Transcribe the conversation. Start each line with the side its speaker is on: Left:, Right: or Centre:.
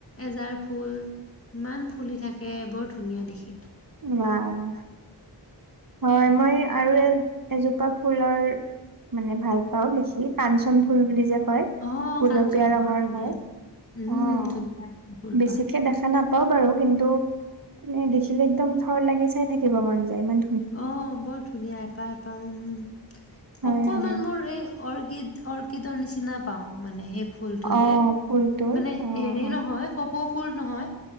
Left: এজাৰ ফুল ইমান ফুলি থাকে, বৰ ধুনীয়া দেখি।
Right: বাহ। হয় মই আৰু এ-এজোপা ফুলৰ মানে ভাল পাওঁ লিখি, কাঞ্চন ফুল বুলি যে কয়
Left: অ'
Right: গোলপীয়া
Left: কাঞ্চন
Right: ৰঙৰ
Left: বৰ ধুনীয়া।
Right: হয়।
Left: উম,
Right: অ',
Left: ধুনীয়া ফুলপাহ।
Right: বেছিকে দেখা নাপাওঁ বাৰু কিন্তু মানে দেখিলে একদম থৰ লাগি চাই থাকিব মন যায় মান
Left: অ', বৰ ধুনীয়া এপাহ এপাহ উম।
Right: হয়
Left: অকমান
Right: হয়
Left: মোৰ এই অৰ্কিড অৰ্কিডৰ নিচিনা পাওঁ মানে সেই ফুলটো
Right: অ
Left: যে
Right: ফুলটোৰ
Left: মানে হেৰী
Right: অ
Left: হেৰী
Right: অ
Left: নহয় কপৌ ফুল নহয়